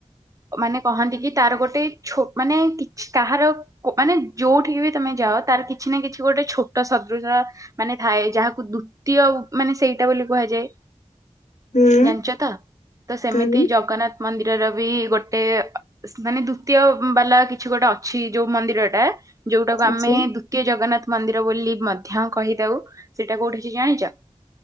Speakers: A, on the right; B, on the left.
A: ମାନେ କହନ୍ତି କି ତାର ଗୋଟେ ଛୋ ମାନେ କିଛି କାହାର କୁ ମାନେ ଯୋଉଠିକି ବି ତମେ ଯାଅ ତାର କିଛି ନା କିଛି ଗୋଟେ ଛୋଟ ସଦୃଶ ମାନେ ଥାଏ ଯାହାକୁ ଦୁତୀୟ ମାନେ ସେଇଟା ବୋଲି କୁହାଯାଏ।
B: ହୁଁ
A: ଜାଣିଚତ ତ ସେମିତି
B: ହୁଁ
A: ଜଗନ୍ନାଥ ମନ୍ଦିରର ବି ଗୋଟେ ମାନେ ଦୁତୀୟ ବାଲା କିଛି ଗୋଟେ ଅଛି ଯୋଉ ମନ୍ଦିରଟା ଯୋଉଟାକୁ
B: ଆଚ୍ଛା,
A: ଆମେ ଦୁତୀୟ ଜଗନ୍ନାଥ ମନ୍ଦିର ବୋଲି ମଧ୍ୟ କହିଥାଉ ସେଇଟା କୋଉଠି ଅଛି ଜାଣିଚ?